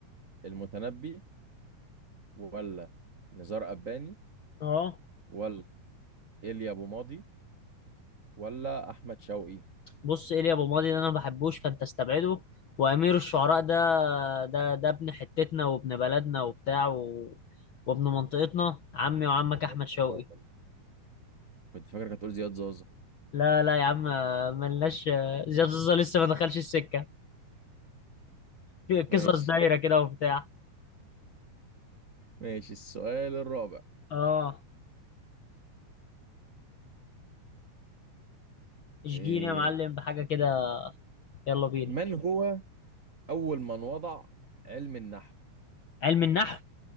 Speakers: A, on the right; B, on the left.
A: المتنبي ولا نزار قباني
B: اه
A: ولا إيليا أبو ماضي ولا أحمد شوقي
B: بص ايليا ابو ماضي ده انا ما بحبوش فانت استبعده وامير الشعراء ده ده ده ابن حتتنا وابن بلدنا وبتاع و... وابن منطقتنا عمي وعمك
A: زياد
B: احمد شوقي
A: زازا ولا مين؟ كنت فاكرك هتقول زياد زازا
B: لا لا يا عم ملناش زياد زوزة لسه ما دخلش السكه في قصص
A: ماشي
B: دايره كده وبتاع
A: ماشي السؤال الرابع
B: اه اشجيني
A: إيه
B: يا معلم بحاجه كده يلا بينا
A: من هو أول من وضع علم النحو
B: علم النحو